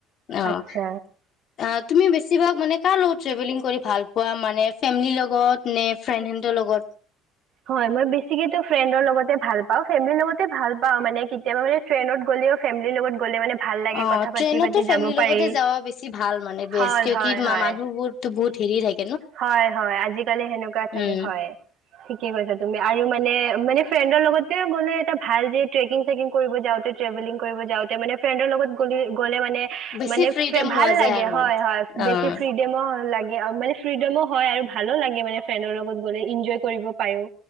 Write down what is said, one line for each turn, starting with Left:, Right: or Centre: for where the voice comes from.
Left: অ',
Right: আচ্ছা।
Left: আ, তুমি বেছি চিভাগ মানে কাৰ লগত ট্ৰেভেলিং কৰিম? ভালপোৱা মানে ফেমিলিৰ লগত নে ফ্ৰেণ্ড হেন্ডৰ লগত?
Right: হয় মই বেছিকে টো ফ্ৰেণ্ডৰ লগতে ভালপাওঁ, ফেমেলী লগতে ভালপাওঁ মানে ট্ৰেনত গ'লে ও ফেমেলী লগত গ'লে মানে ভাল লাগে
Left: অ'
Right: কথা পাতি
Left: ট্ৰেইনতো
Right: পাতি
Left: ফেমিলিৰ
Right: যাব পাৰি।
Left: লগতে যাৱা বেছি ভাল মানে বেছ
Right: হয়,
Left: কিয়ো
Right: হয়,
Left: কি
Right: হয়।
Left: মানুহবোৰো বহুত ধিৰি যায়।
Right: হয়, হয় আজিকালি সেনেকুৱা থাকে
Left: উম।
Right: হয়, ঠিকে কৈছা তু মি আৰু মানে মানে ফ্ৰেণ্ডৰ লগতে গ'লে এটা ভাল যে ট্ৰেকিং চেকিং কৰিব যাওঁতে ট্ৰেভেলিং কৰিব যাওঁতে মানে ফ্ৰেণ্ডৰ লগত গ'লে গ'লে মানে
Left: বেছি
Right: নে
Left: ফ্ৰীডম
Right: ভাল
Left: হোৱা যায়
Right: লাগে
Left: আৰু।
Right: হয় হয় বেছি
Left: অ',
Right: ফ্ৰিডমো ভাল লাগে। কি আৰু মানে ফ্ৰীডমো হয় আৰু ভালো লাগে মানে ফ্ৰেণ্ডৰ লগত গ'লে এনজয় কৰিব পাৰো।